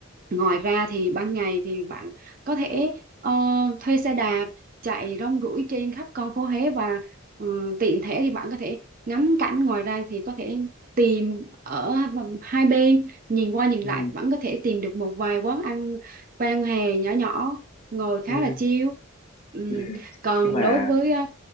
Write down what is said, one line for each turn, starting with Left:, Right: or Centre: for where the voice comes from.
Right: ngoài ra thì ban ngày thì bạn có thể ờ, thuê xe đạp chạy rong ruổi trên khắp con phố Huế và ừ, tiện thể thì bạn có thể ngắm cảnh ngoài ra thì có thể tìm ở hai bên nhìn qua nhìn
Left: ừ
Right: lại vẫn có thể tìm được một vài quán ăn vang hè nhỏ nhỏ ngồi khá
Left: ừ
Right: là chill Ừm,
Left: ừ
Right: còn
Left: nhưng mà
Right: đối với ờ,